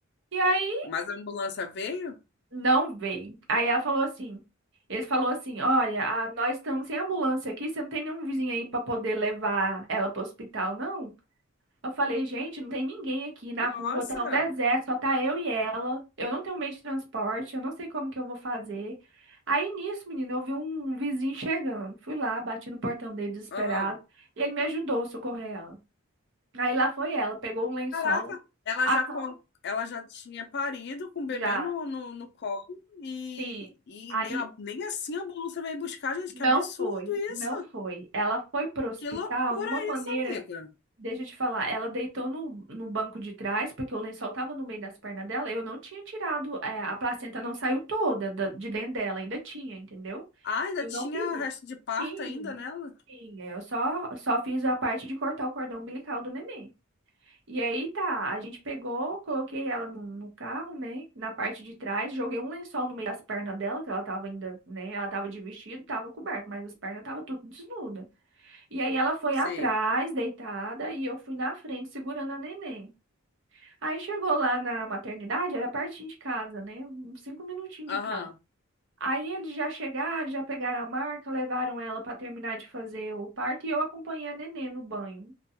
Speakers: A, on the right; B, on the left.
A: E aí,
B: Mas a ambulância veio?
A: não veio. Aí ela falou assim: eles falou assim: olha, a- nós estamos sem ambulância aqui, você não tem nenhum vizinho aí pra poder levar ela pro hospital, não? Eu falei, gente, não tem ninguém aqui na
B: Nossa!
A: rua, tá um deserto, só tá eu e ela. Eu não tenho meio de transporte, eu não sei como que eu vou fazer. Aí nisso, menina, eu vi um vizinho chegando. Fui lá, bati no portão dele desesperado,
B: Aham.
A: e ele me ajudou a socorrer ela. Aí lá foi ela, pegou um lençol,
B: Caraca, ela
A: a
B: já,
A: cama
B: con- ela já tinha parido com o bebê
A: já,
B: no, no, no colo e,
A: sim.
B: e
A: Aí
B: nem, a- nem assim a ambulância veio buscar, gente.
A: não
B: Que absurdo
A: foi,
B: isso!
A: não foi. Ela foi pro hospital
B: Que loucura
A: de uma maneira
B: isso, amiga.
A: Deixa eu te falar, ela deitou no, no banco de trás, porque o lençol tava no meio das pernas dela. Eu não tinha tirado, é, a placenta não saiu toda da- de dentro dela, ainda tinha, entendeu?
B: Ah, ainda
A: Eu
B: tinha
A: não fiz isso.
B: resto de parto
A: Sim,
B: ainda nela?
A: sim, é, eu só, só fiz a parte de cortar o cordão umbilical do neném. E aí tá, a gente pegou, coloquei ela no, no carro, né? Na parte de trás, joguei um lençol no meio das pernas dela, que ela tava ainda, né? Ela tava de vestido, tava coberta, mas as pernas tava tudo desnuda. E aí ela foi
B: Sei.
A: atrás, deitada, e eu fui na frente segurando a neném. Aí chegou lá na maternidade, era pertinho de casa, né? Uns cinco minutinhos
B: Aham,
A: de cá. Aí eles já chegaram, já pegaram a marca, levaram ela para terminar de fazer o parto e eu acompanhei a neném no banho.